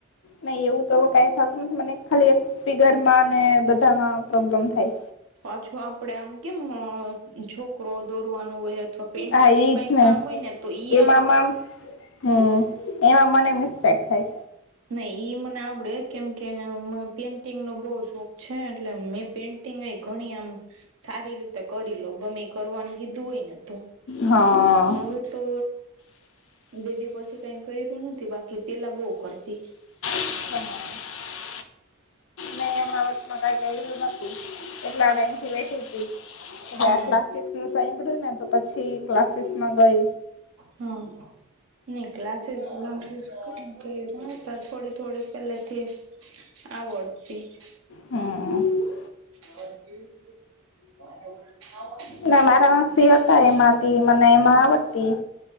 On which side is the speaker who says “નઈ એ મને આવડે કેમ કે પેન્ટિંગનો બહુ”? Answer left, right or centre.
Right